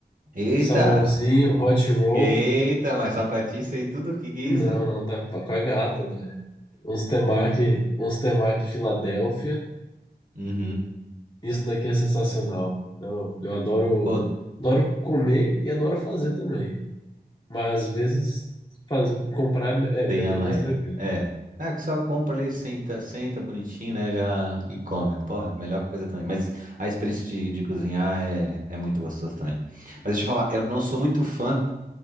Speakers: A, on the right; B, on the left.
A: Eita!
B: salmãozinho, hot roll.
A: Eita, mas só pra ti isso aí tudo? O que que é
B: Não,
A: isso?
B: não, dá pra com a gata, né? Uns temaki, uns temaki Filadélfia.
A: Uhum.
B: Isso daqui é sensacional. Eu, eu adoro,
A: Ô,
B: adoro comer e adoro fazer também. Mas às vezes faz, comprar é,
A: tem
B: é bem
A: amanhã.
B: mais tranquilo.
A: É. É Ah, que só compra ali, senta, senta bonitinho, né? Já e come. Porra, melhor coisa também. Mas a experiência de, de cozinhar é, é muito gostosa também. Mas deixa eu te falar, eu não sou muito fã.